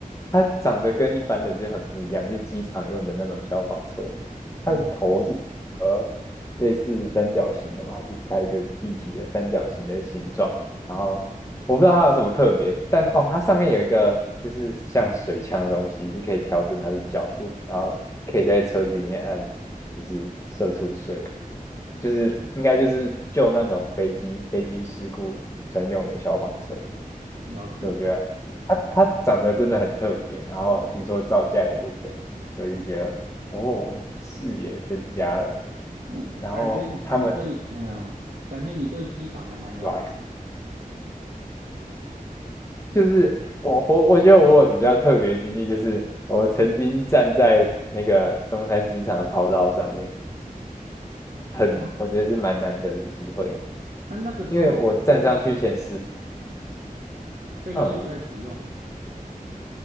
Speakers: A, on the left (about 20°); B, on the right (about 60°).
A: 它长得跟一般的就很不一样，就机场用的那种消防车，它的头是呃类似三角形的嘛，
B: 哦，
A: 就是它一个立体的三角形的形状，然后我不知道它有什么特别，但哦，它上面有一个就是像水枪的东西，是可以调整它的角度，然后可以在车子里面按。就是射出水，就是应该就是救那种飞机飞机事故专用的消防车。
B: 了解。
A: 所以我觉得它它长得真的很特别，然后听说造价也不菲，所以就觉得哦，视野增加了。
B: 嗯，
A: 然后他们
B: 感觉你对，哎呀，感觉你对机场还蛮了解
A: 对吧？就是我我我觉得我有比较特别的经历，就是我曾经站在那个松山机场的跑道上面，很我觉得是蛮难得的机会，
B: 的哦，那、那个时候是
A: 因为我站上去前十，
B: 飞机有在使用哦。
A: 嗯，